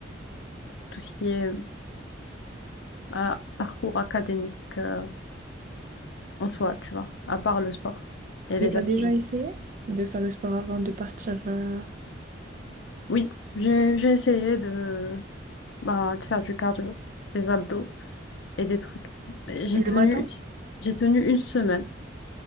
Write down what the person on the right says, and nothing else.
Et t'as
déjà essayé de faire le sport avant de partir euh,
le
matin?